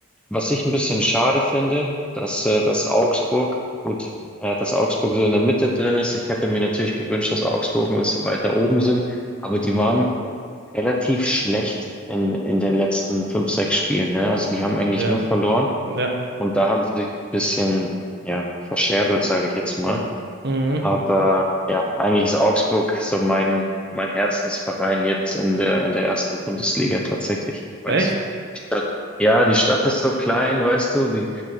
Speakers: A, in the centre; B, on the right (about 50°).
A: was ich ein bisschen schade finde, dass, äh, dass Augsburg, gut, äh, dass Augsburg so in der Mitte drin ist. Ich hätte mir natürlich gewünscht, dass Augsburg ein bisschen weiter oben sind, aber die waren relativ schlecht in, in den letzten fünf, sechs Spielen, ne? Also die haben eigentlich
B: ja,
A: nur verloren
B: ja.
A: und da haben sie sich ein bisschen, ja, verscherbelt, sage ich jetzt mal.
B: Mhm.
A: Aber ja, eigentlich ist Augsburg so mein, mein Herzensverein jetzt in der, in der ersten Bundesliga tatsächlich. Weil
B: Echt?
A: es- die Stadt, ja, die Stadt ist so klein, weißt du, die,